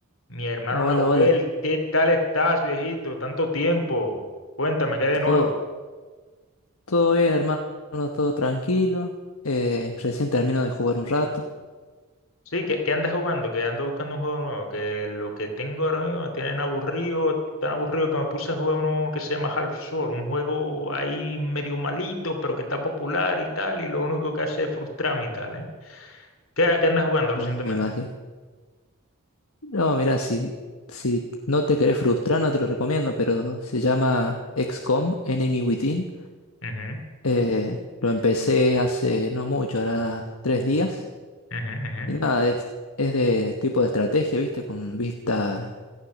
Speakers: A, on the left; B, on the left.
A: Mi hermano
B: Hola,
A: Nahuel,
B: hola.
A: ¿qué tal estás, viejito? Tanto tiempo. Cuéntame, ¿qué hay de nuevo?
B: Todo, todo bien, hermano. Todo tranquilo. Eh, recién termino de jugar un rato.
A: Sí, ¿qué, qué andas jugando? Que ando buscando un juego nuevo. Que lo que tengo ahora mismo me tienen aburrido, tan aburrido que me puse a jugar uno que se llama Half-Sword, un juego ahí medio malito, pero que está popular y tal, y lo único que hace es frustrarme y tal, ¿eh? ¿Qué, qué andas jugando
B: No,
A: recientemente?
B: me imagino. No, mira, si, si no te querés frustrar, no te lo recomiendo, pero se llama XCOM, Enemy Within.
A: Ujú,
B: Eh, lo empecé hace no mucho, ahora tres días.
A: ujú, ujú,
B: Y nada, es, es de tipo de estrategia, ¿viste? Con vista